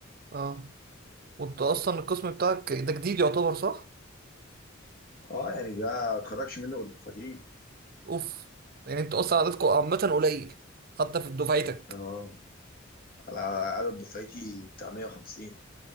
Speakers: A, on the right (about 45°); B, on the left (about 45°).
A: اه وانت اصلا القسم بتاعك ده جديد يعتبر صح
B: أه يعني ده ما تخرجش منه غير دفعتين
A: اوف يعني انت اصلا عددكم عامة قليل حتى في دفعتك
B: أه على عدد دفعتي بتاع 150